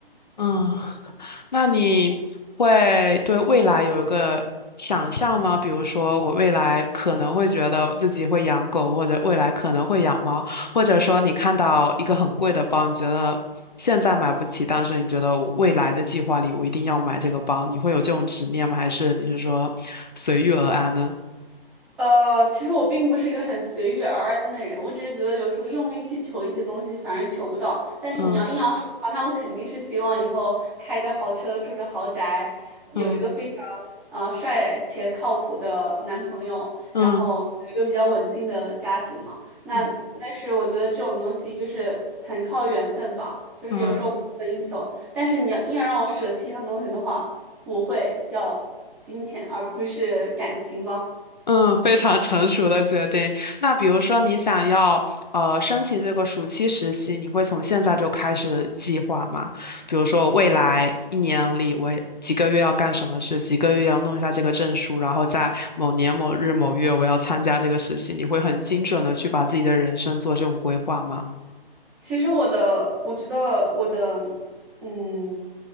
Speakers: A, on the left; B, in the centre.
A: 嗯，<laughs> 那你会对未来有一个想象吗？比如说，我未来可能会觉得我自己会养狗，或者未来可能会养猫，或者说你看到一个很贵的包，你觉得现在买不起，但是你觉得我未来的计划里我一定要买这个包，你会有这种执念吗？还是你是说随遇而安呢？
B: 呃，其实我并不是一个很随遇而安的人，我只是觉得有时候用力去求一些东西，反而求不到。但是你要硬要说的话，
A: 嗯
B: 那我肯定是希望以后开着豪车，住着豪宅，有一个非常
A: 嗯
B: 呃帅且靠谱的男朋友，
A: 嗯
B: 然后有一个比较稳定的家庭嘛。那但是我觉得这种东西就是很靠缘分吧，
A: 嗯嗯。
B: 就是有时候不能硬求。
A: 嗯
B: 但是你要硬要让我舍弃一项东西的话，我会要金钱而不是感情吧。
A: 嗯，非常成熟的决定。那比如说，你想要呃申请这个暑期实习，你会从现在就开始计划吗？比如说，未来一年里，我几个月要干什么事，几个月要弄一下这个证书，然后在某年某日某月我要参加这个实习，你会很精准的去把自己的人生做这种规划吗？
B: 其实我的，我觉得我的，嗯，